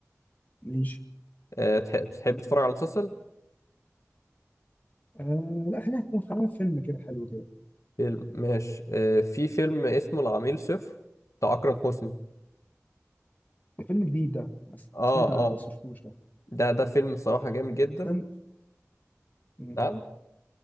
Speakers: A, on the left; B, on the left.
A: ليش
B: أه... تح... تحب تتفرج على مسلسل
A: آه لا خلينا في خلينا في فيلم كده حلو كده
B: فيلم ماشي أه... في فيلم اسمه العميل صفر بتاع اكرم حسني
A: فيلم جديد ده انا
B: اه
A: سمعت عنه
B: اه
A: بس مشفتوش ده
B: ده ده فيلم صراحة جامد جدا
A: استنى مم.
B: نعم